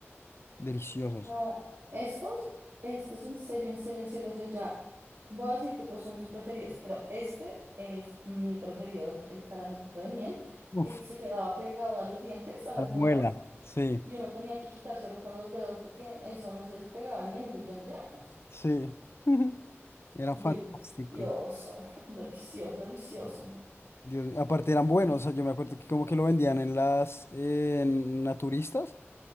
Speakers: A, on the left; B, on the right.
A: deliciosos.
B: No, estos, estos en serio, en serio, en serio, o sea, ya voy a decir que todos son mis preferidos, pero este es mi preferido, el, el caramelito de miel,
A: Uf,
B: que se quedaba pegado a los dientes, a las
A: a la
B: muelas,
A: muela, sí,
B: y uno tenía que quitárselo con los dedos porque eso no se despegaba ni en un millón de años.
A: sí, <laughs> era
B: Delicioso,
A: fantástico.
B: <laughs> delicioso, delicioso.
A: Dios mío, Aparte eran buenos, o sea, yo me acuerdo que como que lo vendían en las eh, en naturistas,